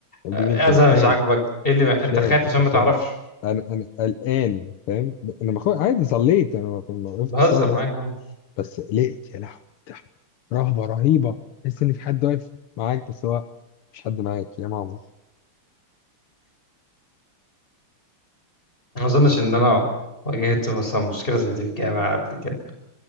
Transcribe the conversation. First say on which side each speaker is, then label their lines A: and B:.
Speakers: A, on the left; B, on the left.
A: يا حبيبي
B: آه،
A: انت
B: اذى
A: مش فاهم
B: مش عاجبك ايه اللي ما...
A: مش
B: انت
A: فاهم
B: خايف
A: انت
B: عشان
A: مش
B: ما تعرفش
A: فاهم انا انا قلقان فاهم انا بخاف عادي صليت انا ما ما وقفت
B: بهزر
A: الصلاه
B: معاك آه.
A: بس قلقت يا لهوي إيه ده رهبة رهيبة تحس ان في حد واقف معاك بس هو مش حد معاك يا ماما
B: ما اظنش ان انا واجهت مثلا مشكله زي دي في جامعه قبل كده